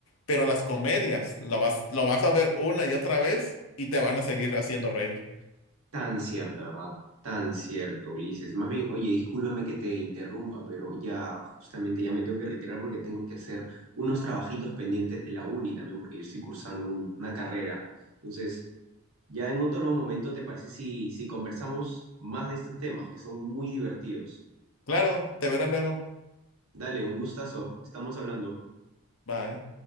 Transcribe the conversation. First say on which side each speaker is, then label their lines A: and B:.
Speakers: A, on the left; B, on the right.
A: pero las comedias lo vas, lo vas a ver una y otra vez y te van a seguir haciendo reír.
B: Tan cierto, ¿verdad? Tan cierto, Ulises. Más bien, oye, discúlpame que te interrumpa, pero ya justamente ya me tengo que retirar porque tengo que hacer unos trabajitos pendientes de la uni también, porque yo estoy cursando un- una carrera. Entonces, ya en otro momento, ¿te parece si, si conversamos más de estos temas que son muy divertidos?
A: Claro, te verás luego.
B: Dale, un gustazo. Estamos hablando.
A: Bye.